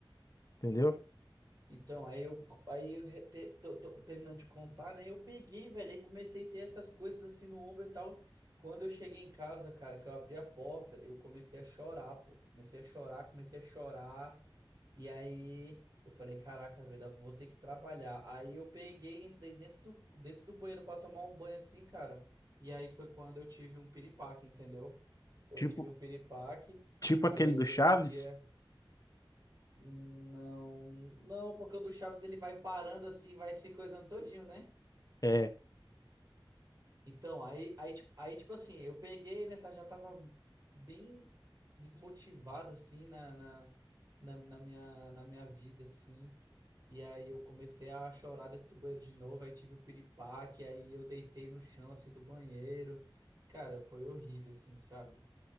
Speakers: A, on the left (about 40°); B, on the right (about 45°).
A: entendeu?
B: Então, aí eu, aí eu re- te- tô, tô terminando de contar, né? Eu peguei, velho, aí comecei a ter essas coisas assim no ombro e tal. Quando eu cheguei em casa, cara, que eu abri a porta, eu comecei a chorar, pô. Comecei a chorar, comecei a chorar. E aí eu falei, caraca, velho, vou ter que trabalhar. Aí eu peguei, entrei dentro do, dentro do banheiro pra tomar um banho assim, cara. E aí foi quando eu tive um piripaque, entendeu? Eu
A: Tipo,
B: tive um piripaque.
A: tipo
B: E
A: aquele
B: aí
A: do
B: nesse
A: Chaves.
B: dia. Não, não, porque o do Chaves ele vai parando assim, vai se coisando todinho, né?
A: É,
B: Então, aí, aí, tipo, aí, tipo assim, eu peguei, né, tá, já tava bem desmotivado, assim, na, na, na, na minha, na minha vida, assim. E aí eu comecei a chorar dentro do banheiro de novo, aí tive o piripaque, aí eu deitei no chão, assim, do banheiro. Cara, foi horrível, assim, sabe?